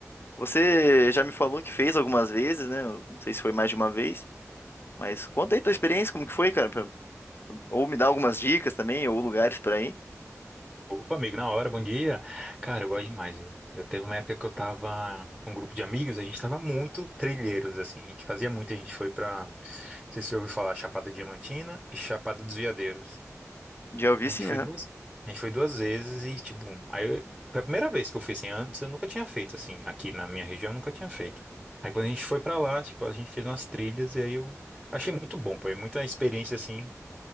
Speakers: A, on the left; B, in the centre.
A: Você já me falou que fez algumas vezes, né? Eu não sei se foi mais de uma vez, mas conta aí tua experiência, como que foi, cara? pra- Ou me dá algumas dicas também, ou lugares pra ir.
B: Opa, amigo, na hora, bom dia. Cara, eu gosto demais, viu? Eu teve uma época que eu tava com um grupo de amigos, a gente tava muito trilheiros, assim, a gente fazia muito, a gente foi pra, não sei se você ouviu falar, Chapada Diamantina e Chapada dos Veadeiros.
A: Já ouvi
B: A
A: sim,
B: gente foi duas, a gente foi duas vezes e, tipo, aí eu- foi a primeira vez que eu fui, assim, antes eu nunca tinha feito, assim, aqui na minha região eu nunca tinha feito. Aí quando a gente foi pra lá, tipo, a gente fez umas trilhas e aí eu achei muito bom, pô, é muita experiência, assim,